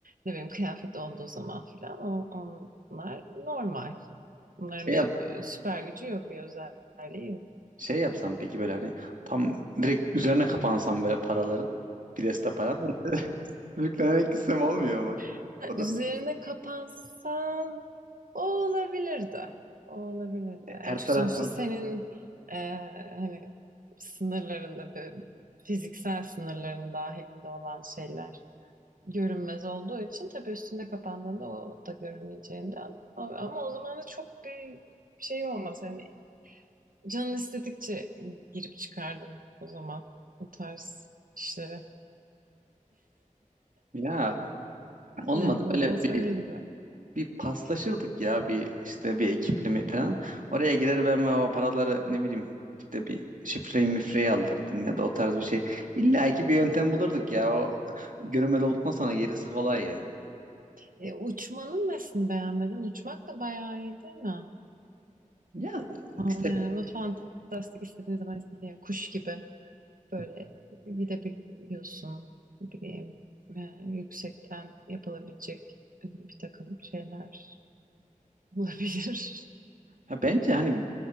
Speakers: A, on the right; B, on the right.
A: ne bileyim kıyafet olduğu zaman filan o, onlar normal. Bunların
B: Şey
A: bir
B: yap,
A: e, süper gücü yok, bir özelliği yok.
B: şey yapsam peki böyle hani tam direkt üzerine kapansam böyle paraların bir deste paran. Yüklenerek gitsem olmuyor mu?
A: <laughs>
B: O
A: Üzerine
B: da mı?
A: kapansan o olabilirdi. O olabilirdi.
B: Her
A: Yani çünkü
B: taraftan
A: sonuçta senin e, hani sınırlarında, bir- fiziksel sınırların dahilinde olan şeyler. görünmez olduğu için tabii üstünde kapandığında o da görünmeyeceğinden. O- Ama o zaman da çok bir şey olmaz. Hani canın istedikçe girip çıkardın o zaman bu tarz işlere.
B: ya olmadı
A: Yani biraz
B: böyle bir
A: öyle gibi.
B: bir paslaşırdık ya bir işte bir ekiple mi falan. Oraya girer ben ve o paraları ne bileyim işte bir şifreyi mifreyi aldırdım ya da o tarz bir şey. İlla ki bir yöntem bulurduk ya o görünmez olduktan sonra gerisi kolay ya.
A: E, uçmanın nesini beğenmedin? Uçmak da bayağı iyi değil mi?
B: Ya
A: Fa- e,
B: işte
A: Onu fantastik istediğin zaman istediğin kuş gibi böyle gidebiliyorsun. Ne bileyim e, yüksekten yapılabilecek e, bir takım şeyler. Olabilir.
B: ya bence hani